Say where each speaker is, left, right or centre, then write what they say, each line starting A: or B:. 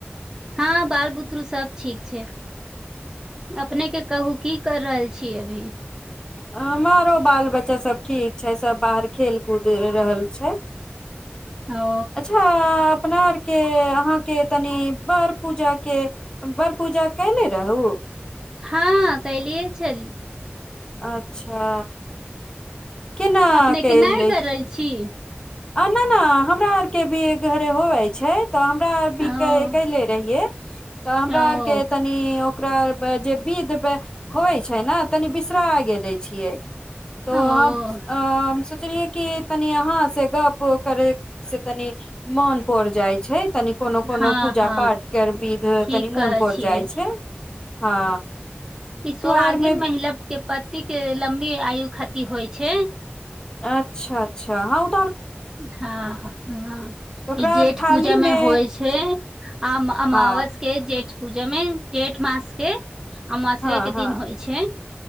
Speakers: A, on the right; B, on the left.
A: हँ बाल बुतरू सब ठीक छै अपने के कहू की कर रहल छी अभी
B: हमरो बाल बच्चासभ ठीक छै सभ बाहर खेल कूद रहल छै
A: ओ
B: अच्छा अपना आरके अहाँके तनि बड़ पूजाके बड़ पूजा कैयने रहू
A: हँ कैलियए छल
B: अच्छा केना
A: अपनेके
B: कयले
A: नहि करल छी
B: आ न न हमरा आर के भी घरे होवे छै तऽ हमरा आर भी
A: ओ
B: क कैलै रहिये तऽ हमरा
A: ओ
B: आर के तनि ओकरा जे विध व होइ छै ने तनि बिसरा गेले छियै त
A: ओ
B: हम हम- सोचलिए की तनि अहाँ से गप करै सँ तनि मन पड़ जाइ छै तनि कोनो कोनो
A: हँ
B: पूजा
A: हँ
B: पाठ कर विध
A: ठीक
B: तनि
A: कहै
B: मोन पड़
A: छियै
B: जाइ छै हँ
A: ई सुहागिन
B: तोहर मे
A: महिला के पति के लम्बी आयु खातिर होइ छै
B: अच्छा अच्छा ह
A: हँ ह
B: तऽ ओकरा
A: ई जेठ
B: आर थाली
A: पूजामे
B: मे
A: होइ छै आ अमावस
B: हँ
A: के जेठ पूजामे जेठ मास के अमासरे
B: हँ
A: के
B: हँ
A: दिन होइ छै